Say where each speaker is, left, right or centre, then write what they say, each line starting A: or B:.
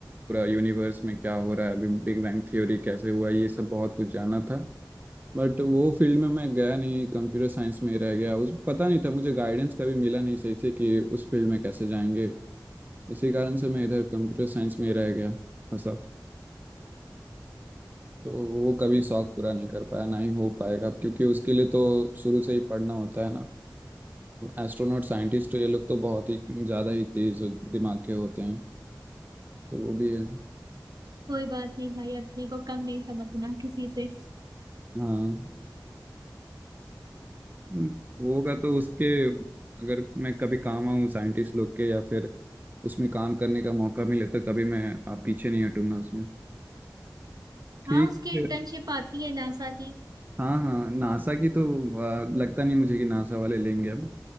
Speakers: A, on the right (about 25°); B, on the right (about 60°).
A: पूरा यूनिवर्स में क्या हो रहा है अभी बिग बैंग थ्योरी कैसे हुआ ये सब बहुत कुछ जाना था बट वो फील्ड में मैं गया नहीं कंप्यूटर साइंस में ही रह गया उस पता नहीं था मुझे गाइडेंस कभी मिला नहीं सही से कि उस फील्ड में कैसे जाएंगे इसी कारण से मैं इधर कंप्यूटर साइंस में ही रह गया फंसा तो वो कभी शौक पूरा नहीं कर पाया ना ही हो पाएगा क्योंकि उसके लिए तो शुरू से ही पढ़ना होता है ना एस्ट्रोनॉट साइंटिस्ट ये लोग तो बहुत ही ज़्यादा ही तेज दिमाग के होते हैं तो वो भी है
B: कोई बात नहीं भाई अपने को कम नहीं समझना किसी से
A: हाँ हम्म, होगा तो उसके अगर मैं कभी काम आऊँ साइंटिस्ट लोग के या फिर उसमें काम करने का मौका मिले तो कभी मैं आ, पीछे नहीं हटूंगा उसमें ठीक
B: हाँ उसकी
A: है।
B: इंटर्नशिप आती है नासा की
A: हाँ हाँ नासा की तो आ, लगता नहीं मुझे कि नासा वाले लेंगे अब